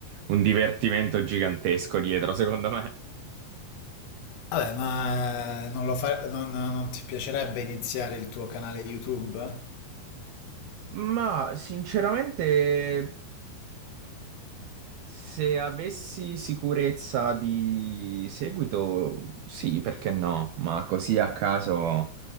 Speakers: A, on the right (about 70°); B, on the left (about 80°).
A: un divertimento gigantesco dietro, secondo me.
B: Vabbè, ma eh, non lo fa- non non ti piacerebbe iniziare il tuo canale YouTube?
A: Ma sinceramente. Se avessi sicurezza di seguito, sì, perché no? Ma così a caso